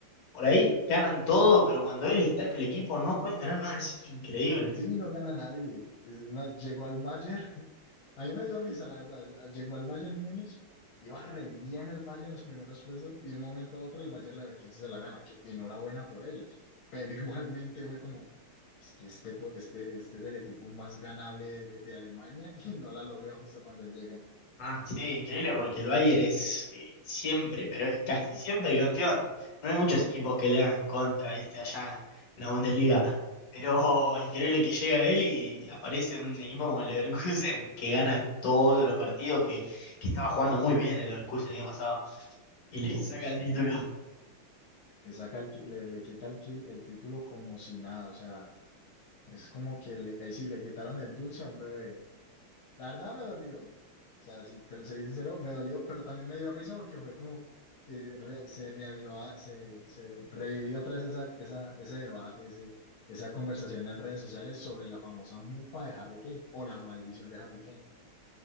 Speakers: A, on the left; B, on the left.
A: por ahí ganan todo, pero cuando él está en el equipo no pueden ganar nada. Es increíble.
B: Sí, no gana nadie. Es más, llegó al Bayern. <laughs> A mí me dio risa, la verdad. Llegó al Bayern Múnich, iba re bien el Bayern en los primeros puestos y de un momento a otro el Bayern Leverkusen se la gana. Que enhorabuena por ellos. Pero <laughs> igualmente fue como, es que este, po- este, este es el equipo más ganable de, de- de Alemania <laughs> y no la logra justo cuando él llega.
A: Ah, sí, increíble porque el Bayern es eh, siempre, pero es casi siempre campeón. No hay muchos equipos que le hagan contra este allá en la Bundesliga. Pero increíble que llega él y aparece un equipo como el Leverkusen que gana todos los partidos, que, que estaba jugando muy bien el Leverkusen el año pasado y le
B: Sí,
A: saca el
B: sí.
A: título.
B: Le saca el qui- le, le quita el, qui- el título como si nada. O sea, es como que le, ahí sí le quitaron el dulce a un bebé. La verdad me dolió. O sea, si te soy sincero, me dolió, pero también me dio risa porque fue como eh, re- se reavivó, se, se revivió otra vez esa, esa, ese debate, ese- esa conversación en redes sociales sobre la famosa mufa de Harry Kane o la maldición de Harry Kane.